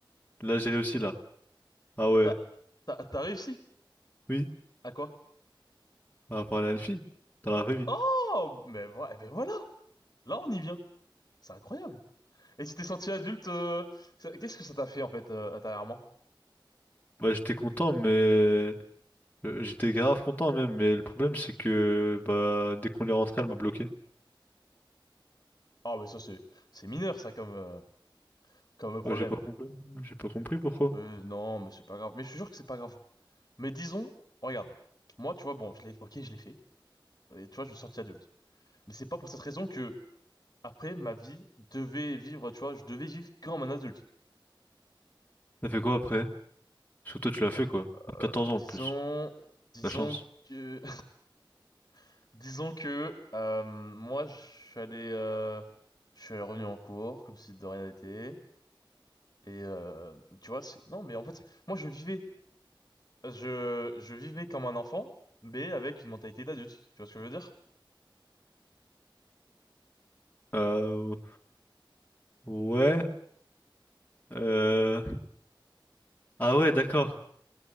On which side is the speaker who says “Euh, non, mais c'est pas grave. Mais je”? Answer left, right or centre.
Left